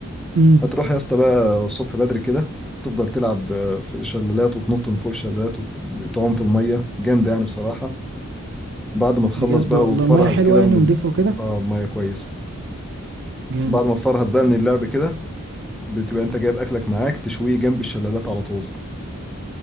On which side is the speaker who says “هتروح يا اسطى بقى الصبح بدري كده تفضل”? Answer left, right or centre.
Centre